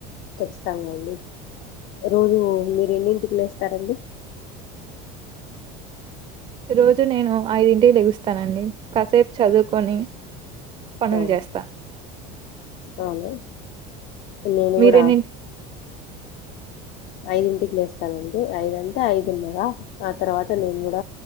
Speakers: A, on the left; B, on the right.
A: ఖచ్చితంగా అండి రోజు మీరు ఎన్నింటిక్ లేస్తారండి
B: రోజు నేను ఐదింటికి లెగుస్తానండి కాసేప్ చదువుకొని పనులు
A: ఆ
B: చేస్తా
A: అవును నేను
B: మీరేన్నింటి
A: కూడ ఐదింటికి లేస్తానండి ఐదంటే ఐదునర ఆ తర్వాత నేను కూడ